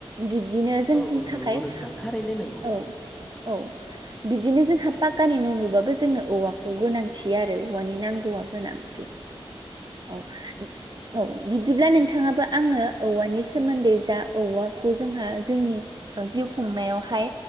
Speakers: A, on the right (about 45°); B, in the centre.
A: बिब दिनो जोंनि
B: औ औ नंगौ
A: थाखाय
B: नोंथां थारैनो नंगौ
A: औ औ बिब्दिनो जोंहा पाक्कानि न लुबाबो जोंनो औवाखौ गोनांथि आरो औवानि नांगौआ गोनां । थि औ औ बिब्दिब्ला नोंथाङा बो आंनो औवानि सोमोन्दै जा औवाखौ जोंहा जोंनि ओ जिउ खुंनायावहाय